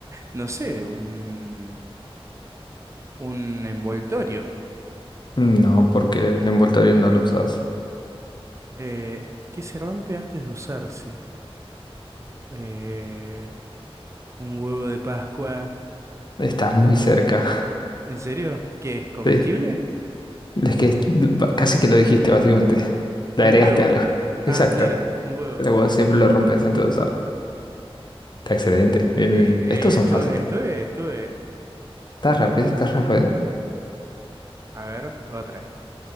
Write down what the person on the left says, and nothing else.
Mm, No, porque el envoltorio no lo usas.
Estás muy cerca.
<laughs> Sí. Es que ba- casi que lo dijiste, básicamente. Le
agregaste
algo. Exacto.
Pero vos siempre lo rompes antes de usarlo. Está excelente. Bien,
bien, bien.
Estos
son fáciles.
¿Estás rápido? ¿Estás rápido?